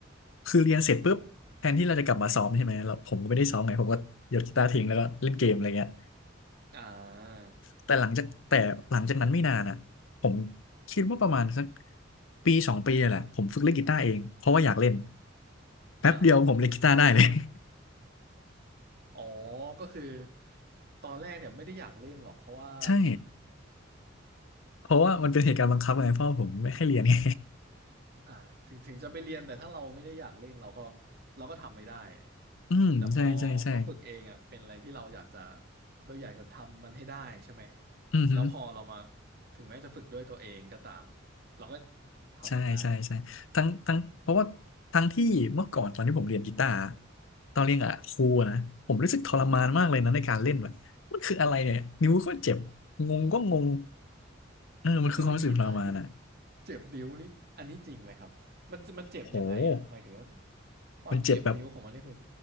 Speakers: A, on the left (about 85°); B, on the right (about 55°).
A: คือเรียนเสร็จปุ๊บแทนที่เราจะกลับมาซ้อมใช่ไหมเราผมก็ไม่ได้ซ้อมไงผมก็ยกกีตาร์ทิ้งแล้วก็เล่นเกมอะไรเงี้ย
B: อ่าครับ
A: แต่หลังจากแต่หลังจากนั้นไม่นานอะผมคิดว่าประมาณสักปีสองปีเนี่ยแหละผมฝึกเล่นกีตาร์เองเพราะว่าอยากเล่นแป๊บเดียวผมเล่นกีตาร์ได้เลย
B: อ่า อ๋อก็คือตอนแรกเนี่ยไม่ได้อยากเล่นหรอกเพราะว่า
A: <laughs> ใช่ เพราะว่ามันเป็นเหตุการณ์บังคับไงพ่อผมไม่ให้เรียนไง
B: อ่าถึงถึงจะไปเรียนแต่ถ้าเราไม่ได้อยากเล่นเราก็เราก็ทำไม่ได้
A: <laughs> อืมใช่ใช่ใช่
B: แต่พอมาฝึกเองอ่ะเป็นอะไรที่เราอยากจะเราอยากจะทำมันให้ได้ใช่ไหม
A: อือหือ
B: แล้วพอเรามาถึงแม้จะฝึกด้วยตัวเองก็ตามเราก็ทำมันได้
A: ใช่ใช่ใช่ทั้งทั้งเพราะว่าทั้งที่เมื่อก่อนตอนที่ผมเรียนกีตาร์ตอนเรียนกับครูอนะผมรู้สึกทรมานมากเลยนะในการเล่นแบบมันคืออะไรเนี่ยนิ้วก็เจ็บ
B: ครับ
A: งงก็งงเออมันคือความรู้สึกทรมานอ่ะ
B: เออแต่เล่นกีตาร์นี่เจ็บนิ้วนี่อันนี้จริงไหมครับมันจะมันเจ็บยังไงอ่ะหมายถึงว่า
A: โห
B: ความเจ็บนิ้วของมันนี่คือ
A: มันเจ็บแบบ